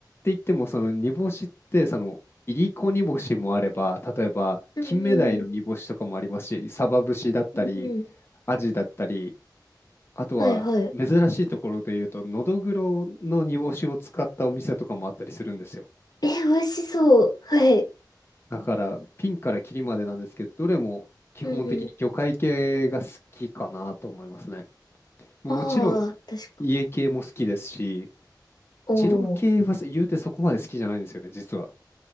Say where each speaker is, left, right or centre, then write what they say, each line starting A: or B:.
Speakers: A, on the left (about 35°); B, on the left (about 60°).
A: 言っても、その煮干しって、その、いりこ煮干しもあれば、例えば、
B: うんうん。
A: 金目鯛の煮干しとかもありますし、サバ節だったり、
B: うんうん。
A: アジだったり、あとは、
B: はいはい。
A: 珍しいところで言うと、のどぐろの煮干しを使ったお店とかもあったりするんですよ。
B: え、美味しそう。はい。
A: だから、ピンからキリまでなんですけど、どれも基本的に魚介系が好きかなと思いますね。
B: うんうん。
A: もうもちろん、
B: ああ、確か。
A: 家系も好きですし、
B: おお。
A: 二郎系は言うてそこまで好きじゃないんですよね、実は。